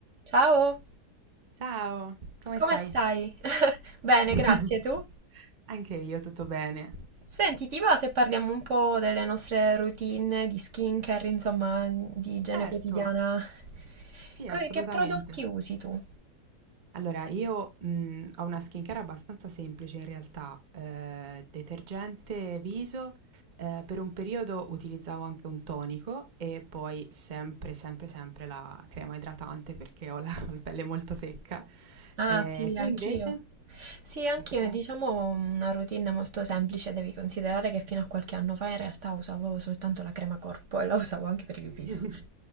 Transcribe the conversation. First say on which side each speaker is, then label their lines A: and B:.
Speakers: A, on the right (about 55°); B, on the right (about 35°).
A: Ciao,
B: Ciao, come
A: come
B: stai?
A: stai? Bene,
B: <laughs>
A: grazie, tu?
B: Anche io tutto bene.
A: Senti, ti va se parliamo un po' delle nostre routine di skincare, insomma, di igiene
B: Certo,
A: quotidiana?
B: sì,
A: Co-
B: assolutamente.
A: Che prodotti usi tu?
B: Allora, io mh, ho una skincare abbastanza semplice in realtà, eh, detergente viso, eh, per un periodo utilizzavo anche un tonico e poi sempre, sempre, sempre la crema idratante perché ho la, <laughs> ho la pelle molto secca.
A: Ah,
B: Eh,
A: sì,
B: tu
A: anch'io.
B: invece?
A: Sì, anch'io,
B: Anche tu?
A: è, diciamo una routine molto semplice, devi considerare che fino a qualche anno fa in realtà usavo soltanto la crema corpo e la usavo anche per il
B: <laughs>
A: viso.